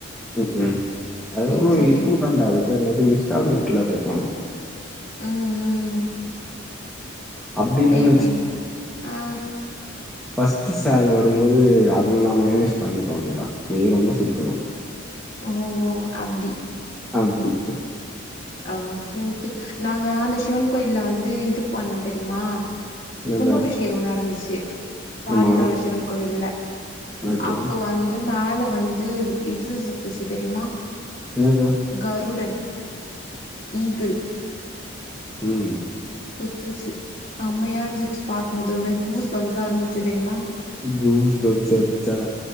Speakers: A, in the centre; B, on the left (about 30°).
A: ம் ம் அவ்ளோ
B: சேர் சேரி
A: இதுதாண்டா அது அது பேர் என்னது இன்ஸ்டால்மண்ட்ல பே பண்ணு
B: ம் ம்
A: அப்படி இல்லைன்னு
B: பே பண்ணு ஆ
A: ஃபர்ஸ்ட்டு சால் வரும்போது அதுல நா மைனஸ் பண்ணிடுவாங்கள நீ ரொம்ப சுத்தணும்
B: ஓ ஓ அப்டி
A: அப்டி
B: அ ஓகே ஓகே நாங்க அந்த சிவன் கோயில வந்து இது பண்ணம் தெரியுமா
A: என்னது
B: கும்பாபிஷேகம் நடந்துச்சு பாடியில
A: ஆமா
B: உள்ள சிவன் கோவில்ல
A: ஓகே
B: அப்போ வந்து மேல வந்து இது சுத்துச்சு தெரிமா
A: நேது
B: கருடன் ஈகில்
A: ம்
B: சுத்துச்சு சம்மையா இருந்துச்சு பாக்கும்போது ஒரு மாரி கூஸ் பம்ஸா இருந்துருச்சு தெரியுமா
A: கூஸ் பம்ஸா இருந்துச்சா